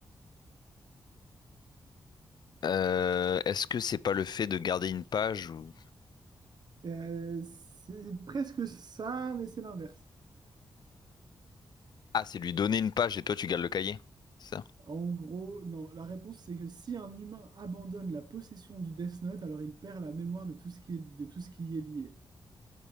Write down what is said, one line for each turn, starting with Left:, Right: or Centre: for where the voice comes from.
Left: Euh, est-ce que c'est pas le fait de garder une page ou...
Right: Euh, c'est presque ça, mais c'est l'inverse.
Left: Ah, c'est lui donner une page et toi tu gardes le cahier. C'est Ça.
Right: En gros, non, la réponse c'est que si un humain abandonne la possession du Death Note, alors il perd la mémoire de tout ce qui est, de tout ce qui y est lié.